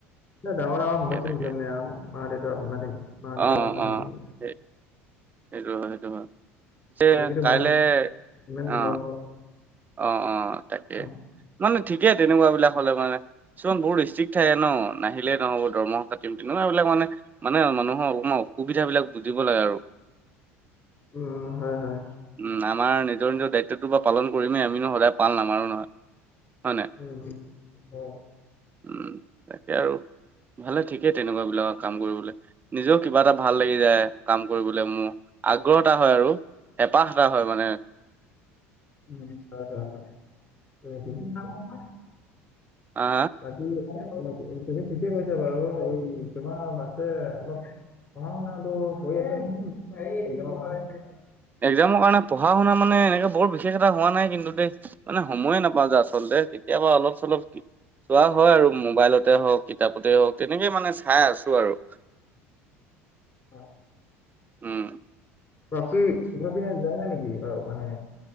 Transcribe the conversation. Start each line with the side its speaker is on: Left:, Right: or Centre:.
Left: নাই ডাঙৰ ডাঙৰ
Right: তাকে
Left: সমস্যা
Right: তাকে
Left: থাকিলে মানে মা দেউতা মানে থাকে মা
Right: অ
Left: দেউতা বেমাৰ
Right: অ
Left: থাকে,
Right: সেই সেইটো হয় সেইটো হয় তে
Left: এনেকেতো
Right: কাইলে
Left: ইমান ইমান
Right: অ
Left: বন্ধ
Right: অ অ তাকে
Left: অ
Right: মানে ঠিকেই তেনেকুৱা বিলাক হলে মানে, কিছুমান বহুত ষ্ট্ৰিক্ ঠাকে ন নাহিলে নহব দৰমহা কাতিম তেনেকুৱা বিলাক মানে, মানে মানুহৰ অকণমান অসুবিধা বিলাক বুজিব লাগে আৰু,
Left: উম হয় হয়
Right: উম্ আমাৰ নিজৰ নিজৰ দায়িত্বটো বা পালন, কৰিমেই আমিনো সদায় পাল নামাৰো নহয় হয় নাই,
Left: উম্ উম্ অ
Right: উম্ তাকে আৰু ভালে ঠিকেই তেনেকুৱা বিলাকৰ কাম কৰিবলে। নিজেও কিবা এটা ভাল লাগি যায় কাম কৰিবলৈ মোৰ আগ্ৰহ এটা হয় আৰু, হেঁপাহ এটা হয় মানে।
Left: উম্ হয় হয় হয়,
Right: আ আ
Left: বাকী তুমি ঠিকে কৈছা বাৰু হে তোমাৰ বাছে অলপ, পঢ়া শুনাটো কৰি আছে কি‌বা হয়,
Right: এক্সামৰ কাৰণে পঢ়া শুনা মানে এনেকুৱা বহুত বিশেষ এটা হোৱা নাই কিন্তু দেই, মানে সময়ে নাপাওঁ যে আচলতে কেতিয়াবা অলপ চলপ চোৱা হয় আৰু মোবাইলতে হওক, কিতাপতে হওক তেনেকে মানে চাই আছো আৰু,
Left: অ
Right: উম্
Left: বাকী ঘৰ পিনে যোৱা নাই নেকি বাৰু মানে,